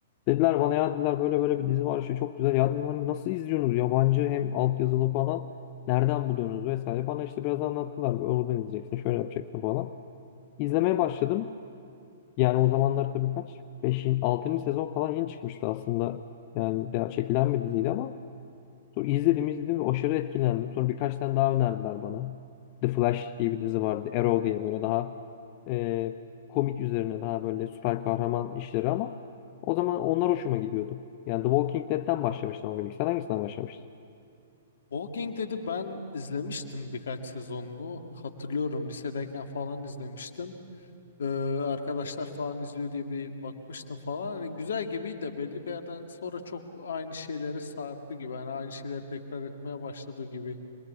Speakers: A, on the left (about 40°); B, on the left (about 75°).
A: Dediler bana ya dediler böyle böyle bir dizi var işte çok güzel. Ya dedim hani nasıl izliyorsunuz yabancı hem altyazılı falan. Nereden buluyorsunuz vesaire. Bana işte biraz anlattılar. Oradan izleyeceksin şöyle yapacaksın falan. İzlemeye başladım. Yani o zamanlar tabii kaç? beşinci altıncı sezon falan yeni çıkmıştı aslında. Yani daha çekilen bir diziydi ama sonra izledim izledim ve aşırı etkilendim. Sonra birkaç tane daha önerdiler bana. The Flash diye bir dizi vardı. Arrow diye böyle daha e, komik üzerine daha böyle süper kahraman işleri ama o zaman onlar hoşuma gidiyordu. Yani The Walking Dead'den başlamıştım ama ilk. Sen hangisinden başlamıştın?
B: Walking dedi ben izlemiştim birkaç sezonunu. Hatırlıyorum lisedeyken falan izlemiştim. Ee, arkadaşlar falan izliyor diye bir bakmıştım falan. Hani güzel gibiydi de belli bir yerden sonra çok aynı şeylere sardı gibi. Hani aynı şeyleri tekrar etmeye başladı gibi